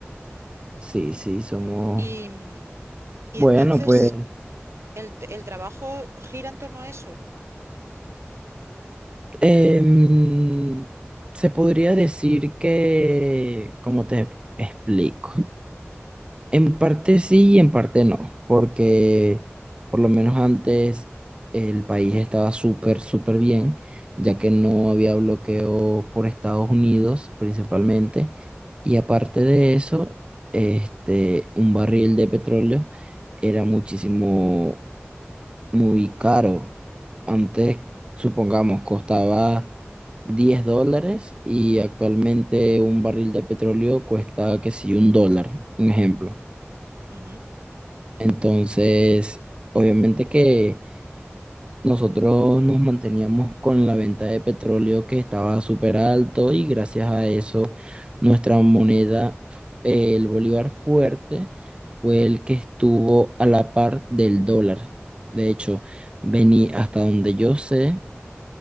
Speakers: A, on the right; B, on the right.
A: sí, sí, somos...
B: Y, mm, y
A: Bueno,
B: entonces
A: pues
B: el, el trabajo gira en torno a eso.
A: em, se podría decir que, como te explico? En parte sí y en parte no, porque por lo menos antes el país estaba súper, súper bien, ya que no había bloqueo por Estados Unidos principalmente. Y aparte de eso, este, un barril de petróleo era muchísimo, muy caro. Antes, supongamos, costaba 10 dólares y actualmente un barril de petróleo cuesta, que sí, un dólar, un ejemplo.
B: Ujú.
A: Entonces, obviamente que nosotros nos manteníamos con la venta de petróleo que estaba súper alto y gracias a eso nuestra moneda, eh, el bolívar fuerte, fue el que estuvo a la par del dólar. De hecho, vení hasta donde yo sé.